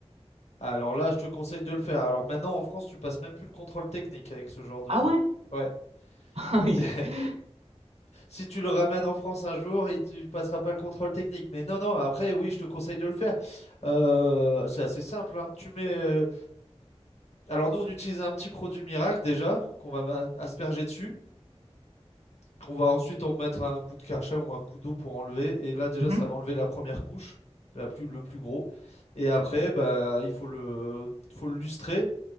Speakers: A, on the left; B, on the right.
A: Alors là, je te conseille de le faire. Alors maintenant, en France, tu passes même plus le contrôle technique avec ce genre de
B: Ah
A: phare.
B: ouais?
A: Ouais.
B: <laughs>
A: <laughs> Si tu le ramènes en France un jour, il ne passera pas le contrôle technique. Mais non, non, après, oui, je te conseille de le faire. Euh, c'est assez simple, hein. Tu mets, euh, Alors nous, on utilise un petit produit miracle déjà, qu'on va ma- asperger dessus, qu'on va ensuite en mettre un coup de karcher ou un coup d'eau pour enlever. Et là, déjà,
B: Mhm.
A: ça va enlever la première couche, la plus, le plus gros. Et après, bah, il faut le, faut le lustrer.